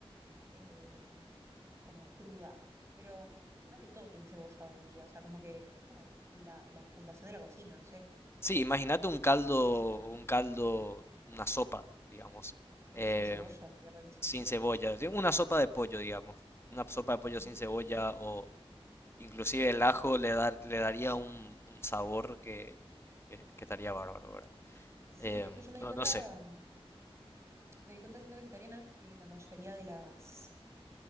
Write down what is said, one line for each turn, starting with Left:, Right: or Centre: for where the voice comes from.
Right: eh, como cruda, pero siento que todo tiene cebolla hoy en día, o sea, como que es como la, la fundación de la cocina, no sé.
Left: Sí, imagínate un caldo, un caldo, una sopa, digamos,
Right: Sí,
Left: em,
Right: sin cebolla sería rarísimo.
Left: sin cebolla, sí, una sopa de pollo, digamos, una sopa de pollo
Right: Ujú.
Left: sin cebolla o inclusive el ajo le da- le daría un, un sabor que, que- que estaría bárbaro, ¿verdad?
Right: Sí,
Left: Em,
Right: es que yo me di
Left: no,
Right: cuenta,
Left: no sé.
Right: me di cuenta siendo vegetariana que la mayoría de las,